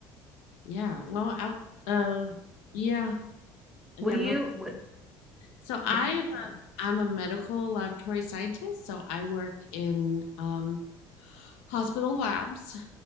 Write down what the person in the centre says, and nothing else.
What do
you what
what do you
think?